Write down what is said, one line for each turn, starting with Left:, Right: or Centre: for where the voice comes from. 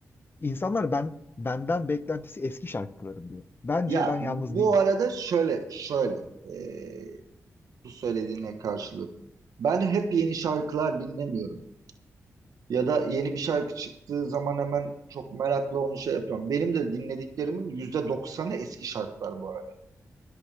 Left: insanlar ben benden beklentisi eski şarkılarım diyor. Bence
Right: Ya
Left: ben yalnız
Right: bu
Left: değilim.
Right: arada şöyle şöyle eee, bu söylediğine karşılık ben hep yeni şarkılar dinlemiyorum. Ya da yeni bir şarkı çıktığı zaman hemen çok merakla onu şey yapıyorum. Benim de dinlediklerimin %90'ı eski şarkılar bu arada.